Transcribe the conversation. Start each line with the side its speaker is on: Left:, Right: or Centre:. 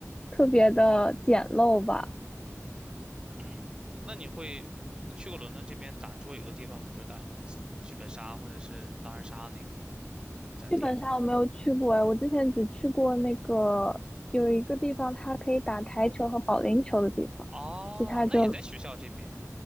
Left: 特别的简陋吧。
Right: 嗯，那你会你去过伦敦这边打桌游的地方吗？就是打什么剧本杀或者是狼人杀那个那家店？
Left: 剧本杀我没有去过，哎，我之前只去过那个有一个地方，它可以打台球和保龄球的地方，
Right: 哦，
Left: 其他就
Right: 那也在学校这边。